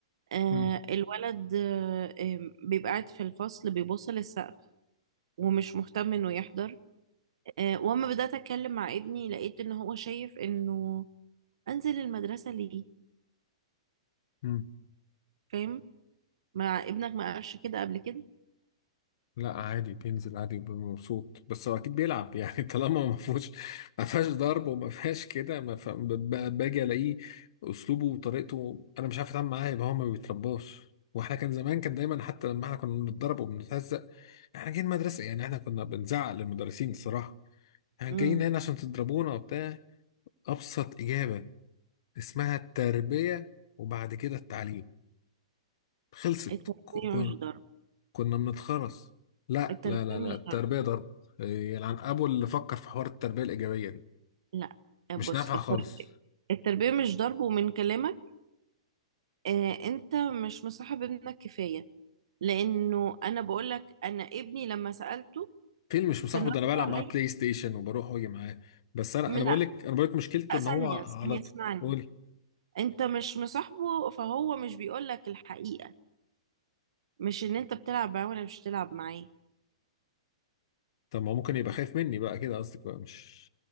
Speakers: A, on the right; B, on the left.
A: آه
B: مم.
A: الولد آه آم، بيبقى قاعد في الفصل بيبص للسقف ومش مهتم انه يحضر آه واما بدأت اتكلم مع ابني لقيت ان هو شايف انه انزل المدرسة ليه
B: مم.
A: فاهم مع ابنك ما قالش كده قبل كده
B: لا عادي بينزل عادي بيبقى مبسوط بس هو اكيد بيلعب يعني <laughs> طالما ما فيهوش ما فيهاش ضرب وما فيهاش كده ما ف... ب- ب- باجي الاقيه اسلوبه وطريقته انا مش عارف اتعامل معاه يبقى هو ما بيترباش واحنا كان زمان كان دايما حتى لما احنا كنا بنتضرب وبنتهزق احنا جايين مدرسه يعني احنا كنا بنزعق للمدرسين الصراحه احنا جايين
A: امم
B: هنا عشان تضربونا وبتاع أبسط إجابة اسمها التربية وبعد كده التعليم خلصت
A: التربية
B: ك- ك-
A: مش ضرب
B: كنا بنتخرس لا
A: التربية
B: لا لا لا
A: مش
B: التربية
A: ضرب
B: ضرب إيه، يلعن أبو اللي فكر في حوار التربية الإيجابية دي
A: لا آه،
B: مش
A: بص
B: نافعة
A: التربية
B: خالص
A: التربية مش ضرب ومن كلامك آه انت مش مصاحب ابنك كفاية لانه انا بقولك انا ابني لما سألته
B: فيلم مش مصاحبه
A: كان رد
B: ده أنا بلعب
A: عليا
B: معاه بلاي ستيشن وبروح وأجي معاه بس أنا
A: لا
B: أنا
A: لا،
B: بقول لك أنا بقول لك مشكلته إن
A: ثانية
B: هو
A: ثانية
B: على طول
A: اسمعني
B: قولي
A: انت مش مصاحبه فهو مش بيقولك الحقيقة مش ان انت بتلعب معاه ولا مش بتلعب معاه
B: طب ما هو ممكن يبقى خايف مني بقى كده قصدك بقى مش